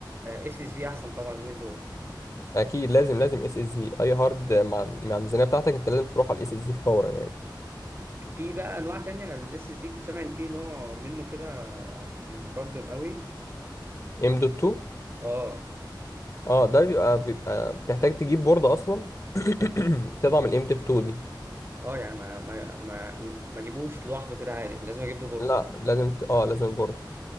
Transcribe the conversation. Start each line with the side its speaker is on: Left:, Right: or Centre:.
Right: اس اس دي احسن طبعا من دول
Left: اكيد لازم لازم اس اس دي اي هارد مع مع الميزانيه بتاعتك انت لازم تروح على الاس اس دي فورا يعني
Right: في بقى انواع تانية الاس اس دي كنت سامع ان في نوع منه كده متقدم قوي
Left: <clears throat> ام دوت
Right: اه
Left: اه ده بيبقى بيبقى بتحتاج تجيب بوردة اصلا <clears throat> بتضع من قيمة التو دي
Right: اه يعني ما ما ما ما اجيبوش لوحده كده عادي لازم اجيب له بورد
Left: لا لازم ت... اه لازم البوردة